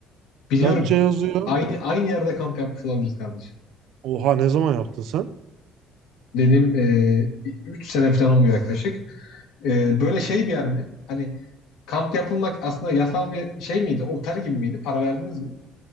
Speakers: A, on the left (about 80°); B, on the right (about 65°).
A: Biliyorum.
B: Datça yazıyor.
A: Aynı aynı yerde kamp yapmış olabiliriz kardeşim.
B: Oha ne zaman yaptın sen?
A: Benim 3 sene falan oluyor yaklaşık. Ee, böyle şey bir yer mi? Hani kamp yapılmak aslında yasal bir şey miydi? Otel gibi miydi? Para verdiniz mi?